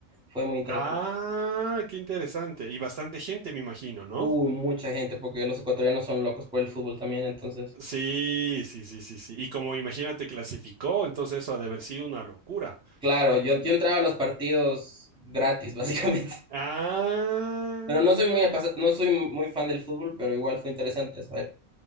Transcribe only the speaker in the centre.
Fue muy interesante.
Uy, mucha gente porque los ecuatorianos son locos por el fútbol también. Entonces,
claro, yo, yo entraba a los partidos gratis, <laughs> básicamente.
Pero no soy muy, apa- no soy muy fan del fútbol, pero igual fue interesante esa